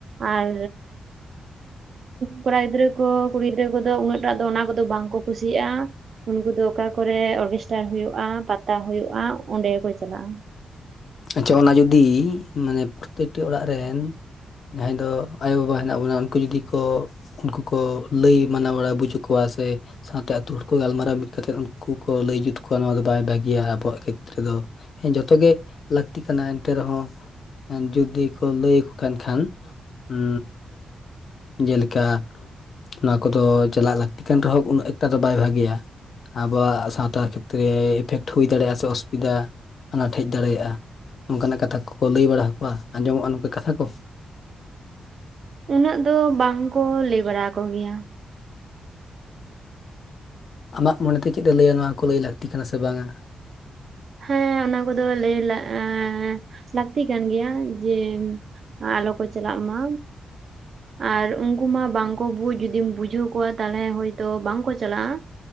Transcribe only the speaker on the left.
ᱟᱪᱪᱷᱟ ᱚᱱᱟ ᱡᱩᱫᱤ ᱢᱟᱱᱮ ᱯᱨᱚᱛᱮᱠᱴᱤ ᱚᱲᱟᱜ ᱨᱮᱱ ᱡᱟᱦᱟᱸᱭ ᱫᱚ ᱟᱭᱳᱼᱵᱟᱵᱟ ᱦᱮᱱᱟᱜ ᱵᱚᱱᱟ ᱩᱱᱠᱩ ᱡᱩᱫᱤ ᱠᱚ ᱩᱱᱠᱩ ᱠᱚ ᱞᱟᱹᱭ ᱢᱟᱱᱟ ᱵᱟᱲᱟ ᱵᱩᱡᱟᱹ ᱠᱚᱣᱟ ᱥᱮ ᱥᱟᱶᱛᱮ ᱟᱹᱛᱩ ᱦᱚᱲ ᱠᱚ ᱜᱟᱞᱢᱟᱨᱟᱣ ᱢᱤᱫ ᱠᱟᱛᱮᱫ ᱩᱱᱠᱩ ᱠᱚ ᱞᱟᱹᱭ ᱡᱩᱛ ᱠᱚᱣᱟ ᱱᱚᱣᱟ ᱫᱚ ᱵᱟᱭ ᱵᱷᱟᱹᱜᱮᱭᱟ ᱟᱵᱚᱣᱟᱜ ᱠᱷᱮᱛᱨᱮ ᱫᱚ ᱦᱮᱸ ᱡᱚᱛᱚ ᱜᱮ ᱞᱟᱹᱠᱛᱤ ᱠᱟᱱᱟ ᱮᱱᱛᱮ ᱨᱮᱦᱚᱸ ᱡᱩᱫᱤ ᱠᱚ ᱞᱟᱹᱭ ᱟᱠᱚ ᱠᱟᱱ ᱠᱷᱟᱱ ᱩ ᱡᱮᱞᱮᱠᱟ ᱱᱚᱣᱟ ᱠᱚᱫᱚ ᱪᱟᱞᱟᱜ ᱞᱟᱹᱠᱛᱤ ᱠᱟᱱ ᱨᱮᱦᱚᱸ ᱩᱱᱟᱹᱜ ᱮᱠᱴᱟ ᱫᱚ ᱵᱟᱭ ᱵᱷᱟᱹᱜᱮᱭᱟ᱾ ᱟᱵᱚᱣᱟᱜ ᱥᱟᱶᱛᱟ ᱠᱷᱮᱛᱨᱮ ᱤᱯᱷᱮᱠᱴ ᱦᱩᱭ ᱫᱟᱲᱮᱭᱟᱜᱼᱟ ᱥᱮ ᱚᱥᱩᱵᱤᱫᱟ ᱟᱱᱟᱴ ᱦᱮᱡ ᱫᱟᱲᱮᱭᱟᱜᱼᱟ? ᱱᱚᱝᱠᱟᱱᱟᱜ ᱠᱟᱛᱷᱟ ᱠᱚᱠᱚ ᱞᱟᱹᱭ ᱵᱟᱲᱟ ᱦᱟᱠᱚᱣᱟ ᱟᱸᱡᱚᱢᱚᱜᱼᱟ ᱱᱚᱝᱠᱟ ᱠᱟᱛᱷᱟ ᱠᱚ?
ᱟᱢᱟᱜ ᱢᱚᱱᱮᱛᱮ ᱪᱮᱫ ᱮ ᱞᱟᱹᱭᱟ ᱱᱚᱣᱟ ᱠᱚ ᱞᱟᱹᱭ ᱞᱟᱹᱠᱛᱤ ᱠᱟᱱᱟ ᱥᱮ ᱵᱟᱝᱟ